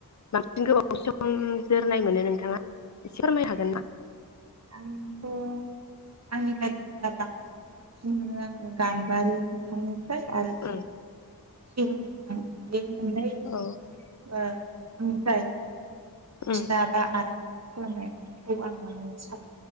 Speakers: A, on the left; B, on the right.
A: बांसिन गोबाव सम जोरनाय मोनो नोंथाङा एसे फोरमायनो हागोन ना
B: आंथ' आंनि बायदिब्ला बांसिन साबसिन मोनो आङो गाम्बारि बिफांनि फ्राय आरो
A: उम
B: सिगुन बिफां बे मोननै ओ
A: उम औ
B: बिफांनिफ्राय बिसिना
A: उम
B: बा आरांगा खालामनायखौ आं माने सा